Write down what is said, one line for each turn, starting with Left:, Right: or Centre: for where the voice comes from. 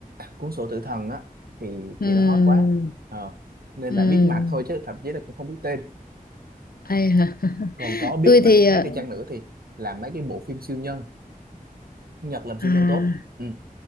Right: cuốn sổ tử thần á thì
Left: Ừm,
Right: thì nó hot quá ờ nên
Left: ừm,
Right: là biết mặt thôi chứ thậm chí là cũng không biết tên
Left: ai hả? <laughs>
Right: còn có biết
Left: Tôi thì
Right: mặt khác
Left: ờ,
Right: đi chăng nữa thì làm mấy cái bộ phim siêu nhân Nhật làm siêu
Left: à
Right: nhân tốt ừ